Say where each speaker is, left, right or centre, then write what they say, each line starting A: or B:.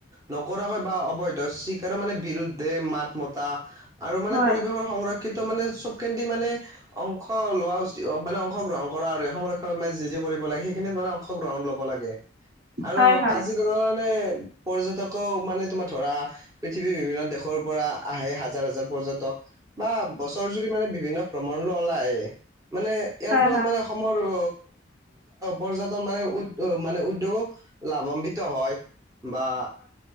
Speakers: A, on the right (about 20°); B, on the right (about 60°).
A: নকৰা হয় বা অবৈধ চিকাৰ মানে বিৰুধ দে মাত মতা আৰু মানে
B: হয়
A: পৰিৱেশৰ সংৰক্ষিত মানে চবখিনতে মানে অংশ লোৱা উচিত মানে অংশগ্ৰহণ কৰা আৰু সংৰক্ষণ যি যি কৰিব লাগে সেইখিনিত মানে অংশগ্ৰহণ ল'ব লাগে আৰু
B: হয় হয়
A: কাজিৰঙা
B: হয়
A: মানে পৰ্যটকৰ মানে তোমাৰ ধৰা পৃথিৱীৰ বিভিন্ন দেশৰ পৰা আহে হাজাৰ হাজাৰ পৰ্যটক বা বছৰ জুৰি মানে বিভিন্ন ভ্ৰমণ নলাই মানে ইয়াৰ
B: হয়
A: ফলত মানে পৰ পৰ্যটন মানে উদ মানে উদ্যোগক লাভান্বিত হয় বা